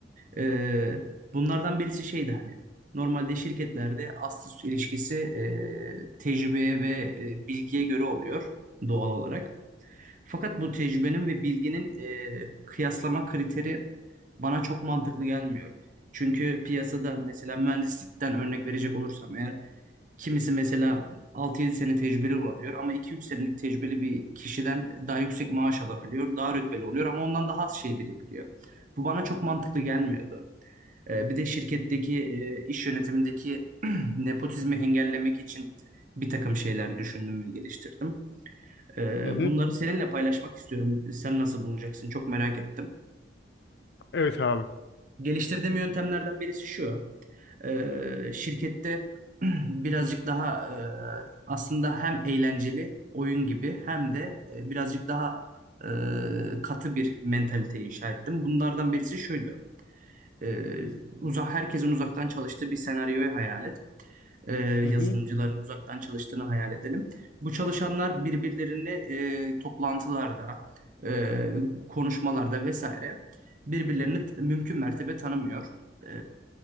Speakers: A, on the right (about 50°); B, on the left (about 65°).
A: Ee, bunlardan birisi şeydi hani normalde şirketlerde ast üst ilişkisi e, tecrübeye ve e, bilgiye göre oluyor doğal olarak. Fakat bu tecrübenin ve bilginin e, kıyaslama kriteri bana çok mantıklı gelmiyor. Çünkü piyasada mesela mühendislikten örnek verecek olursam eğer kimisi mesela 6 yedi sene tecrübeli olabiliyor ama iki üç senelik tecrübeli bir kişiden daha yüksek maaş alabiliyor, daha rütbeli oluyor ama ondan daha az şey bilebiliyor. Bu bana çok mantıklı gelmiyordu. Ee, Bir de şirketteki e, iş yönetimindeki <clears throat> nepotizmi engellemek için bir takım şeyler düşündüm ve geliştirdim. Ee,
B: Hı hı.
A: Bunları seninle paylaşmak istiyorum. Sen nasıl bulacaksın? Çok merak ettim.
B: Evet abi.
A: Geliştirdiğim yöntemlerden birisi şu. Ee, Şirkette <clears throat> birazcık daha e, aslında hem eğlenceli oyun gibi hem de e, birazcık daha e, katı bir mentalite inşa ettim. Bunlardan birisi şuydu. Ee, uzak herkesin uzaktan çalıştığı bir senaryoyu hayal et. e, yazılımcıların
B: Hı hı.
A: uzaktan çalıştığını hayal edelim. Bu çalışanlar birbirlerini e, toplantılarda, e, konuşmalarda vesaire birbirlerini t- mümkün mertebe tanımıyor. E,